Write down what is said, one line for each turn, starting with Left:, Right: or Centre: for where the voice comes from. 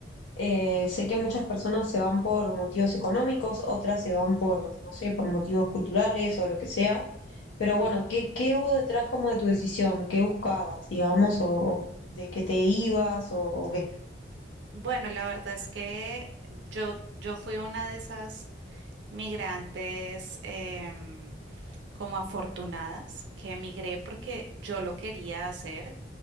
Left: eh, sé que muchas personas se van por motivos económicos, otras se van por, no sé, por motivos culturales o lo que sea, pero
Right: ujú.
Left: bueno, ¿qué, qué hubo detrás como de tu decisión? ¿Qué buscabas, digamos, o, o de qué te ibas o o qué?
Right: Bueno, la verdad es que yo, yo fui una de esas migrantes em, como afortunadas que emigré porque yo lo quería hacer.